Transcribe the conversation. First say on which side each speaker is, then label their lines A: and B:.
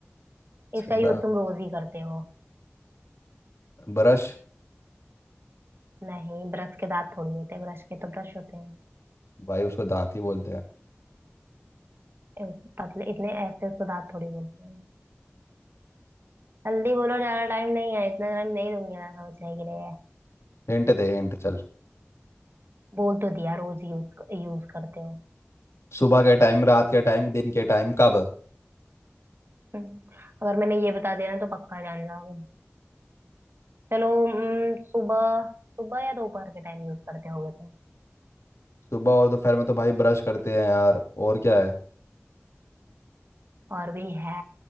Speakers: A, on the left; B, on the right.
A: जिसके
B: इसका यूज
A: दांत
B: तुम रोज ही करते हो
A: ब्रश
B: नहीं ब्रश के दांत थोड़ी होते हैं ब्रश के तो ब्रश होते हैं
A: भाई उसको दांत ही बोलते हैं
B: इस पतले इतने ऐसे उसको दांत थोड़ी बोलते हैं जल्दी बोलो ज्यादा टाइम नहीं है इतना टाइम नहीं दूंगी मैं समझने के लिए
A: हिंट दे हिंट चल
B: बोल तो दिया रोज यूज यूज करते हो
A: सुबह के टाइम रात के टाइम दिन के टाइम कब
B: हम्म, अगर मैंने ये बता दिया ना तो पक्का जान जाओगे चलो हम्म, सुबह सुबह या दोपहर के टाइम यूज करते होगे तो
A: सुबह और दोपहर में तो भाई ब्रश करते हैं यार और क्या है
B: और भी है